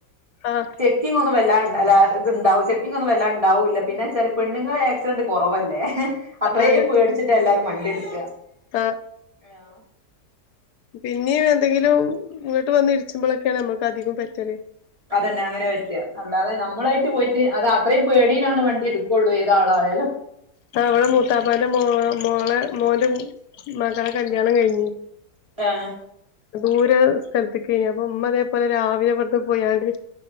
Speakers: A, on the left (about 75°); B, on the right (about 20°).
A: ആഹ്
B: ചെക്കിങ്ങൊന്നും വല്ലാണ്ട് ഇത്ണ്ടാവും ചെക്കിങ് ഒന്നും വല്ലാണ്ടാവൂല്ല പിന്നെ വെച്ചാൽ പെണ്ണുങ്ങള് ആക്സിഡന്റ് കുറവല്ലേ അത്രയും
A: ആണ്
B: പേടിച്ചിട്ടാ എല്ലാരും മണ്ടിയോടിക്ക
A: ആഹ്
B: ആഹ്
A: പിന്നെം എന്തെങ്കിലും ഇങ്ങോട്ട് വന്ന് ഇടിച്ചുമ്പോളൊക്കെയാണ് നമ്മുക്ക് അധികം പറ്റല്
B: അതെന്നെ അങ്ങനെ പറ്റുക അല്ലാതെ നമ്മളായിട്ട് പോയിട്ട് അത് അത്രയും പേടീലാണ് വണ്ടി എടുക്കുള്ളൂ ഏതാളായാലും
A: ആ അവിടെ മൂത്താപ്പാന്റെ മോളെ മോന്റെ മകളെ കല്യാണം കഴിഞ്ഞു
B: ഏഹ്
A: ദൂര സ്ഥൽത്ത്ക്കെനി അപ്പ ഉമ്മ ഇതേപോലെ രാവിലെ ഇവട്‌ക്ക് പോയാണ്ട്